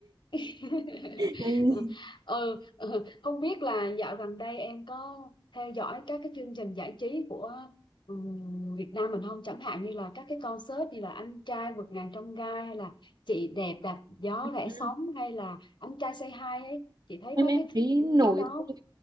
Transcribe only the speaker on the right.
Ê,
Ừ.
em
em
thấy
nổi
thôi